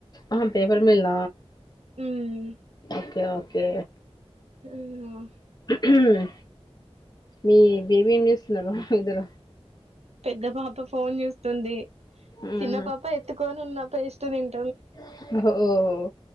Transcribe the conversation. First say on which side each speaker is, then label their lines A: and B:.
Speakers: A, on the left; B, on the right.
A: ఆ పేపర్ మిల్ల
B: ఊమ్
A: ఓకే ఓకే
B: ఆమ్మ
A: ఉమ్ మీ బేబీ ఏం చేస్తున్నారు ఇద్దరు
B: పెద్ద పాప ఫోన్ చూస్తుంది
A: మ్మ్
B: చిన్న పాప ఎత్తుకొని ఉన్నం పేస్ట్ తిన్
A: ఓ